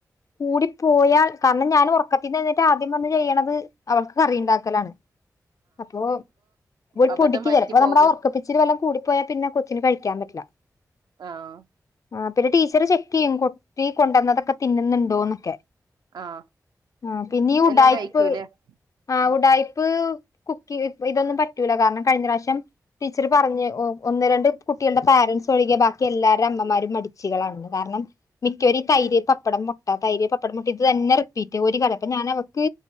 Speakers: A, on the left; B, on the right.
A: കൂടിപോയാൽ കാരണം ഞാനൊർറക്കത്ത്ന്ന്ന്നെഴുന്നെറ്റ ആദ്യംവന്ന് ചെയ്യണത് അവൾക്ക് കറിയിണ്ടാക്കലാണ്. അപ്പൊ
B: അബദ്ധം
A: പൊടിക്ക്
B: പറ്റി
A: ചിലപ്പോനമ്മുടെ
B: പോക
A: ഉറക്കപ്പിച്ചിരിവെല്ലോം കൂടിപ്പോയാപിന്നെ കൊച്ചന്കഴിക്ക ക്കാൻപറ്റില്ല
B: ആഹ്
A: ആഹ് പിന്നെടീച്ചർ ചെക്ക്യ്യും കുട്ടി കൊണ്ടുവന്നതൊക്കെ തിന്നുന്നുണ്ടോന്നൊക്കെ.
B: ആഹ്
A: ആഹ് പിന്നെ ഉടായ്പ്പ്
B: എല്ലാം കഴിക്കൂലേ
A: ആ
B: ഉം
A: ഉടായ്പ്പ് കുക്കിയും ഇതൊന്നുംപറ്റൂല കാരണംകഴിഞ്ഞവ്രശ്യം ടീച്ചർ പറഞ്ഞ് ഒന്ന് രണ്ട്കുട്ടികളുടെ പാരൻസ് ഒഴികെ ബാക്കിഎല്ലാരെ അമ്മമാരും മടിച്ചികളാണ്കാരണം മിക്കവരും ഈ തൈര്, പപ്പടം, മുട്ട, തൈര് പപ്പടം <unintelligible> തന്നെ റിപ്പീറ്റ് ഒരു അപ്പഞാവാക്ക്